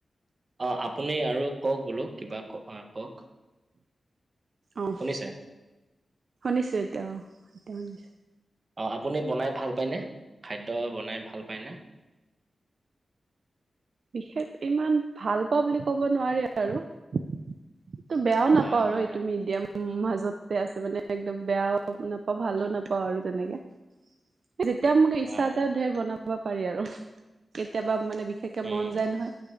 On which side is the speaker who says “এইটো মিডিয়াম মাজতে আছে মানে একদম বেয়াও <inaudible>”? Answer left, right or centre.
Right